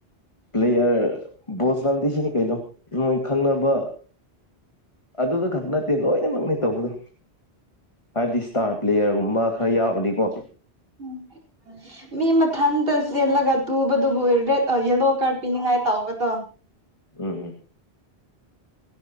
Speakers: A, on the left; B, on the right.
A: ꯄ꯭ꯂꯦꯌꯔ ꯕꯣꯁ ꯅꯝꯗꯤ ꯁꯤꯅꯤ ꯀꯩꯅꯣ ꯅꯣꯏ ꯈꯪꯅꯕ ꯑꯗꯨꯗ ꯈꯛ ꯅꯠꯇꯦ ꯂꯣꯏꯅꯃꯛꯅꯤ ꯇꯧꯕꯗꯣ ꯍꯥꯏꯕꯗꯤ ꯏꯁꯇꯥꯔ ꯄ꯭ꯂꯦꯌꯔꯒꯨꯝꯕ ꯈꯔ ꯌꯥꯎꯔꯗꯤꯀꯣ
B: ꯎꯝ ꯃꯤ ꯃꯊꯟꯇ ꯆꯦꯜꯂꯒ ꯇꯨꯕꯗꯨꯕꯨ ꯔꯦꯠ ꯌꯦꯜꯂꯣ ꯀꯥꯔꯠ ꯄꯤꯅꯤꯡꯉꯥꯏ ꯇꯧꯕꯗꯣ <inaudible>
A: ꯎꯝ ꯎꯝ